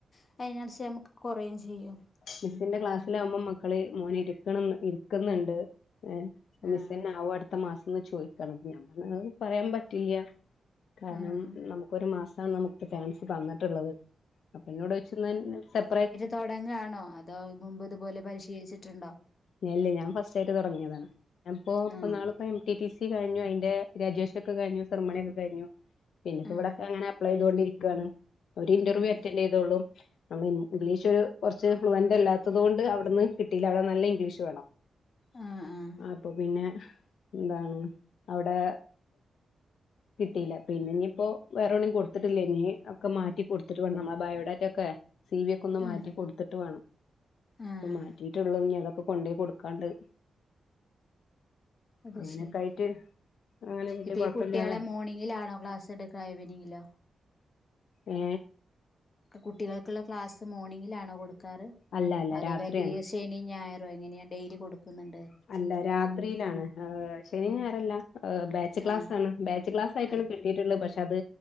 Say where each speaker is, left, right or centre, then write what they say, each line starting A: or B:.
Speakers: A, on the left; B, on the left.
A: അപ്പയ്നനുസര്ച്ച് നമുക്ക് കൊറയും ചെയ്യും.
B: മിസ്സിന്റെ ക്ലാസ്സിലാകുമ്പം മക്കള് മോന് ഇരിക്ണ് ഇരിക്ക്ന്ന്ണ്ട്. ഏഹ്. അപ്പം
A: ആഹ്
B: മിസ്സെന്നാവോ അടുത്ത മാസംന്ന് ചോയി ക്കാണ്. അപ്പം ഞാൻ പർഞ്ഞ് അത് പറയാൻ പറ്റില്ല കാരണം
A: ആഹ്
B: നമുക്കൊരു മാസാണ് നമുക്ക് ചാൻസ് തന്നിട്ടുള്ളത്. അപ്പൊ ന്നോട്ട് ചോയിച്ചു ന്നാ സെപ്പറേ
A: തൊടങ്ങാണോ അതോ മുമ്പ് ഇതുപോലെ പരിശീലിച്ചിട്ട്ണ്ടോ?
B: ഞ ഇല്ല ഞാൻ ഫസ്റ്റായിട്ട് തുടങ്ങിയതാണ്. ഞാൻ പ്പൊ ഇപ്പന്നാള്
A: ആഹ്
B: എം ടി ടി സി കഴിഞ്ഞു അയ്ന്റെ ഗ്രാജുവേഷൻ ഒക്കെ കഴിഞ്ഞു സെർമണിയൊക്കെ കഴിഞ്ഞു. പിന്നെപ്പ
A: ആഹ്
B: ഇവിടെക്ക അങ്ങനെ അപ്ലൈ ചെയ്തോണ്ടിരിക്കാണ്. ഒരു ഇൻ്റർവ്യൂ
A: ആഹ്
B: അറ്റൻഡെയ് തൊള്ളൂ. നമ്മളെ ഇൻ ഗ്ലീഷ് ഒരു കൊർച്ച് ഫ്ലുവന്റല്ലാ ത്തത് കൊണ്ട് അവിടുന്ന് കിട്ടീല്ല. അവിടെ നല്ല ഇംഗ്ലീഷ് വേണം.
A: ആഹ് ആഹ്
B: അപ്പൊ പിന്നെ, എന്താണ് അവ്ടെ കിട്ടീല്ല. പിന്നെഞ്ഞ്പ്പോ വേറെ എവ്ണിം കൊട്ത്തിട്ടില്ല. ഇനി ഒക്കെ മാറ്റി കൊടുത്തിട്ട് വേണം നമ്മളെ ബയോഡാറ്റൊക്കെ. സി വി ഒക്കൊന്ന് മാറ്റി
A: ആഹ്
B: കൊടുത്തിട്ട് വേണം.
A: ആഹ്
B: ഇപ്പം മാറ്റിയിട്ടൊള്ളൂ ഇഞ്ഞ് അതൊക്കെ കൊണ്ടേയ് കൊടുക്കാണ്ട്.
A: അത്
B: അങ്ങനെയൊക്കെ
A: ശെരി
B: ആയിട്ട് അങ്ങനെ വല്യ
A: ഇപ്പൊ
B: കുഴപ്പമില്ലാതെ
A: ഈ കുട്ടികളെ മോർണിങ്ങിലാണോ ക്ലാസ്സ് എടുക്ക ഇവെനിംഗിലോ
B: ഏ
A: കുട്ടികൾക്കുള്ള ക്ലാസ് മോർണിങ്ങിലാണോ കൊടുക്കാറ്
B: അല്ല അല്ല
A: അതോ
B: രാത്രിയാണ്
A: ശനി ഞായറും എങ്ങനെയ ഡെയിലി കൊടുക്കുന്നുണ്ട്
B: അല്ല രാത്രിയിലാണ് ശനി ഞായർ അല്ല ബാച്ച് ക്ലാസ്സണ്
A: ആഹ്
B: ബാച്ച് ക്ലാസ് ആയിട്ടാണ്
A: ആഹ്
B: കിട്ടിട്ടുള്ളത് പക്ഷേ അത്